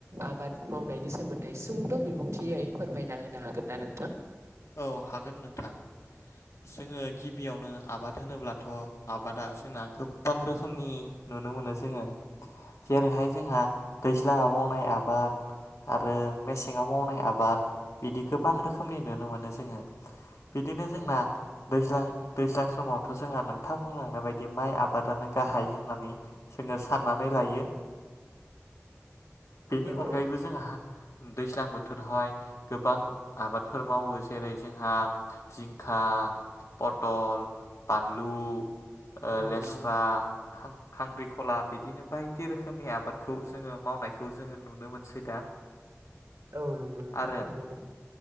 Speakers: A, on the right; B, on the left.
A: आबाद मावनायनि सोमोन्दै सुंद' बिबुंथियै फोरमायना होनो हागोन ना नोंथां?
B: औ हागोन नोंथां जोङो गिबियावनो आबाद होनोब्लाथ' आबादा जोंना गोबां रोखोमनि नुनो मोनो जोङो। जेरैहाय
A: औ नंगौ
B: जोंहा दै जा मावनाय आबाद आरो मेसेङाव मावनाय आबाद बिदि गोबां रोखोमनि नुनो मोन नो जोङो। बिदिनो जोंना
A: औ नंगौ नोंथां
B: दैज्लां
A: थारैनो
B: दैज्लां समाव थ' जोंहा नोंथां बुंलांनाय बायदि माइ आबादानो गाहाय होननानै जोङो साननानै लायो बेनि
A: औ
B: अनगायैबो जोंहा दैज्लां बोथोरावहाय गोबां आबादफोर मावोस जेरै जोंहा जिंखा, पटल, बानलु, ओ
A: औ
B: लेस्रा,
A: औ नंगौ
B: खां खांख्रि खला बिदिनो बायदि रोखोमनि आबाद खौ जोङो मावनायखौ जोङो नुनो मोनसै दा।
A: औ नोंगौ नोंथां
B: आरो
A: थारैनो।